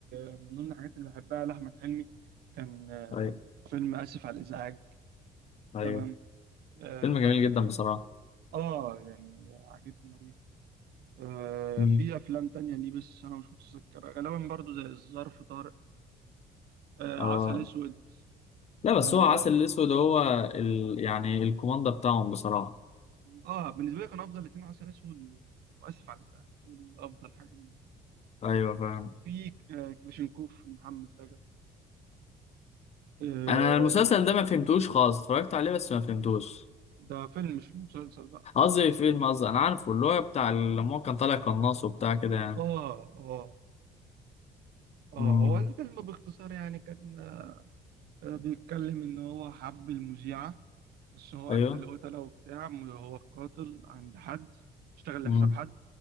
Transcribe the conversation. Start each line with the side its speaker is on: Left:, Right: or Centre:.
Right: آه، من ضمن الحاجات اللي بحبها لأحمد حلمي كان آه،
Left: ايوه
Right: فيلم آسف على الإزعاج
Left: ايوه
Right: تمام آه,
Left: فيلم جميل جدا بصراحة
Right: آه يعني عجبني أوي آه
Left: مم.
Right: في أفلام تانية ليه بس أنا مش متذكرها غالبا برضو زي الظرف طارق آه
Left: اه
Right: عسل أسود
Left: لا
Right: آه
Left: بس هو عسل الاسود هو ال... يعني الكوماندا بتاعهم بصراحة
Right: اه بالنسبه لي كان افضل اتنين عسل اسود و- واسف على الازعاج دول افضل حاجه بالنسبه لي
Left: ايوه فاهم
Right: في ك- كلاشينكوف محمد رجب آه
Left: انا المسلسل ده ما فهمتوش خالص اتفرجت عليه بس ما فهمتوش
Right: ده فيلم مش مسلسل بقى
Left: قصدي فيلم قصدي انا عارفه اللي هو بتاع لما هو كان طالع قناص وبتاع كده يعني
Right: اه اه اه
Left: مم.
Right: هو الفيلم باختصار يعني كان آه، بيتكلم ان هو حب المذيعه بس هو
Left: ايوه
Right: قتل قتله وبتاع هو القاتل عند حد اشتغل لحساب
Left: مم.
Right: حد